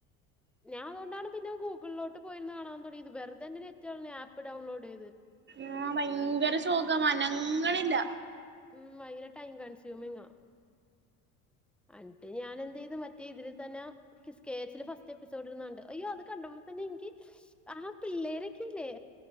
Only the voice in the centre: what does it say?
ഞാൻ അതൊണ്ടാണ് പിന്നെ ഗൂഗിലോട്ട് പോയിരന്ന് കാണാൻ തോട്‌ങ്യേത് വെറ്തെ ന്റെ നെറ്റകളഞ്ഞു ആപ്പ് ഡൗൺലോഡ് ചെയ്ത്
ഉം ഭയങ്കര ടൈം കൺസ്യൂമിംങ്ങാ അന്ന്ട്ട് ഞാൻ എന്ത് ചെയ്തു മറ്റേ ഇതിൽ തന്നെ കിസ്കേച്ചില് ഫസ്റ്റ് എപ്പിസോഡ് ഇരുന്നുണ്ട് അയ്യോ അത് കണ്ട്പ തന്നെ ഇനിക്ക് ആ പിള്ളേരൊക്കെ ഇല്ലേ